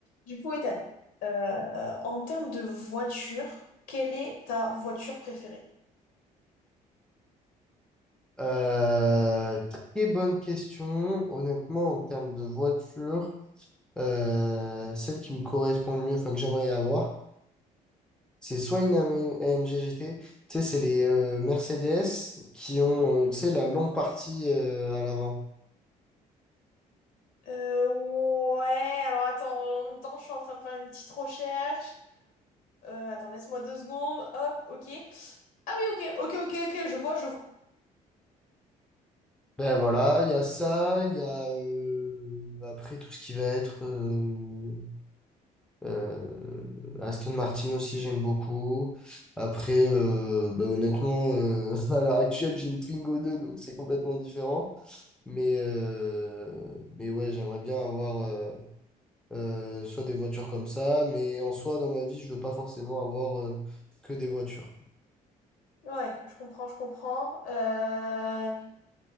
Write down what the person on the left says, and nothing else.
Du coup, Ethan, euh, en termes de voiture, quelle est ta voiture préférée?
Euh, ouais, alors attends, en même temps, je suis en train de faire une petite recherche. Euh, attends, laisse-moi deux secondes. Hop, ok. Ah oui, ok, ok, ok, ok, je vois, je vois.
Ouais, je comprends, je comprends. Euh,